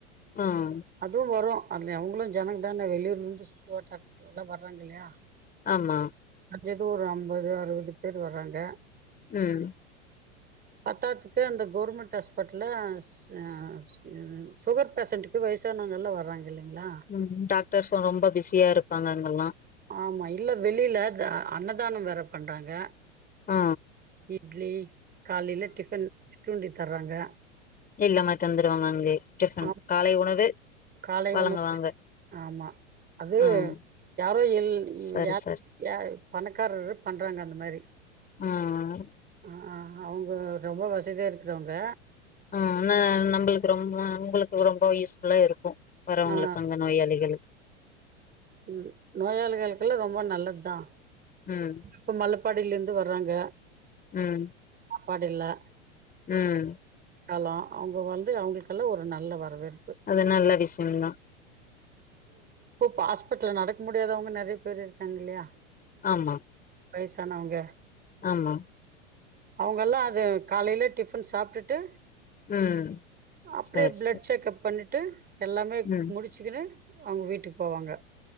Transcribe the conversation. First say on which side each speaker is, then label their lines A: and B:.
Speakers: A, on the left (about 25°); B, on the right (about 25°).
A: ம்
B: அது வரு அதுல அவங்களு ஜனங்க தான வெளியூர்ல இருந்து சுட்டு வாட்டாரத்துல எல்லா வர்றாங்க இல்லையா
A: ஆமா
B: எதோ ஒரு அம்பது அறுவது பேர் வர்றாங்க
A: ம்
B: பத்தாதுக்கு அந்த கவுர்மெண்ட் ஹாஸ்பிட்டல ஆ ஆசுகர் பேசண்டுக்கு வயசானவங்க எல்லாம் வர்றாங்க இல்லைங்களா
A: ம் டாக்டர்ஸு ரொம்ப பிஸியா இருப்பாங்க ங்கல்லா
B: ஆமா இல்ல வெளியில அண்ணதானம் வேற பண்றாங்க
A: ஆ
B: இட்லி காலில டிஃபன் சுண்டி தர்றாங்க
A: எல்லாம தந்துருவாங்க அங்கே டிபன்
B: ஆ
A: காலை உணவு
B: காலை
A: வழங்குவாங்க
B: வண ஆமா அது
A: ம்
B: யாரோ எல்
A: சரி
B: யாரொ
A: சரி
B: யா பணக்காரர் ஒருவர் பண்றாங்க அந்த மாரி
A: ஆஹ்
B: ஆ அவுங்க ரொம்ப வசதியாக இருக்குறவங்க
A: ம் ந நம்பளுக்கு ரொம்ப உங்களுக்கு ரொம்ப யூஸ்ஃபுல்லா இருக்கு வரவங்களுக்கு
B: ஆ
A: அங்க நோயாளிகளுக்கு
B: உம் நோயாளிகளுக்கெல்லாம் ரொம்ப நல்லது தான்
A: ம்
B: ப்ப மலுப் படில இருந்து வர்றாங்க
A: உம்
B: பாடில
A: உம்
B: காலோ அவுங்க வந்து அவுங்களுக்கல்லா ஒரு நல்ல வரவேற்
A: அது நல்ல விஷியந்தா
B: போ பாஸ் பிட்ல நடக்க முடியாதவங்க நறைய பேரு இருக்காங்க இல்லையா
A: ஆமா
B: வைசானவங்க
A: ஆமா
B: அவுங்கல்லா அது காலைலே டிஃபன் சாப்டுட்டு
A: ம்
B: அப்டியே
A: சரி
B: ப்ளட்
A: சரி
B: செக்கப் பண்ணிட் ட்டு எல்லாமே
A: ம்
B: முடிச்சிக்கிணு அவுங்க வீட்டுக் போவாங்க